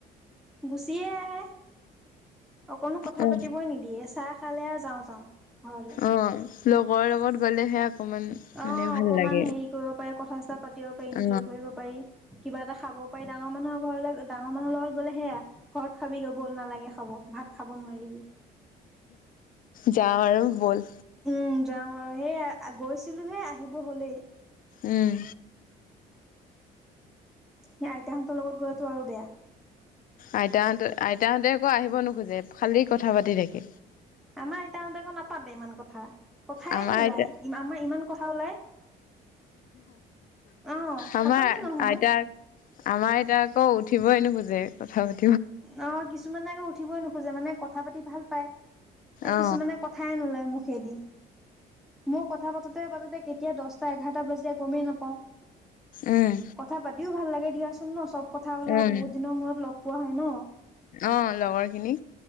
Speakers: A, in the centre; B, on the left (about 55°).
A: গুচিয়ে আহে। অকনো কথা
B: অ
A: পাতিবই নিদিয়ে চাহ খালে। যাওঁ যাওঁ। ঘৰলে।
B: আহ। লগৰ লগত গ'লেহে অকমান
A: অ
B: মানে ভাল
A: অকমান
B: লাগে
A: হেৰি কৰিব পাৰে কথা সচ পাতিব পাৰি এনজয়
B: অ
A: কৰিব পাৰি। কিবা এটা খাব পাৰি ডাঙৰ মানুহৰ ঘৰলৈ ডাঙৰ মানুহৰ লগত গ'লে সেয়া ঘৰত খাবিগৈ ব'ল নালাগে খাব ভাত খাব নোৱাৰিবি।
B: যাওঁ আৰু ব'ল
A: উম যাওঁ আৰু সেই গৈছিলোহে আহিব হলেই।
B: উম।
A: সেই আইতাহঁতৰ লগত গলেতো আৰু বেয়া।
B: আইতাহতে আইতাহঁতে আকৌ আহিব নোখোজে খালি কথা পাতি থাকে।
A: আমাৰ আইতাহঁতে নাপাতে ইমান কথা। কথায়ে
B: আমাৰ
A: নোলায়
B: আইতা
A: আমাৰ ইমান কথা ওলায় আহ
B: আমাৰ
A: খতমে নহয়।
B: আইতাক আমাৰ এতিয়া আকৌ উঠিবই নোখোজে কথা পাতি
A: অ কিছুমানে আকৌ উঠি উঠিবই নোখোজে মানে কথা পাতি ভাল পাই এ
B: অ
A: কিছুমানে কথাই নোলাই মু দি মই কথা পাতোতে পাতোতে কেতিয়া দহটা এঘাৰটা বাজি যায় গমেই নাপাওঁ।
B: উম
A: কথা পাতিও ভাল লাগে। দিয়াচোন ন চব কথা ওলাই
B: উম
A: বহুত দিনৰ মূৰত লগ পোৱা হয় হয় ন।
B: অ লগৰ খিনি